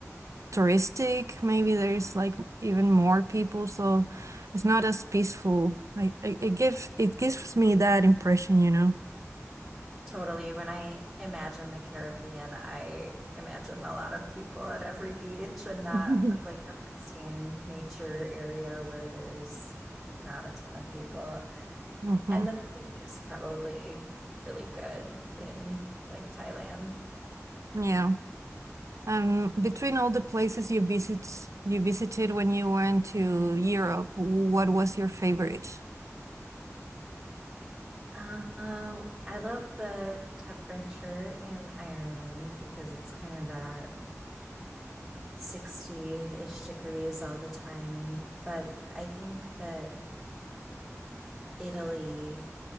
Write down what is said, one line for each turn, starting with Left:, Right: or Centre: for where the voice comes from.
Right: touristic. Maybe there's like even more people, so it's not as peaceful. Like it, it gives it gives me that impression, you know.
Centre: Totally. When I imagine the Caribbean, I imagine a lot of people at every beach and not
Right: <laughs>
Centre: like a pristine nature area where there's not a ton of people.
Right: hmm
Centre: And the food is probably really good in like Thailand.
Right: Yeah. Um, between all the places you visit you visited when you went to Europe, what was your favorite?
Centre: Uh, uh, I love the temperature in Ireland because it's kind of that 60-ish degrees all the time. But I think that Italy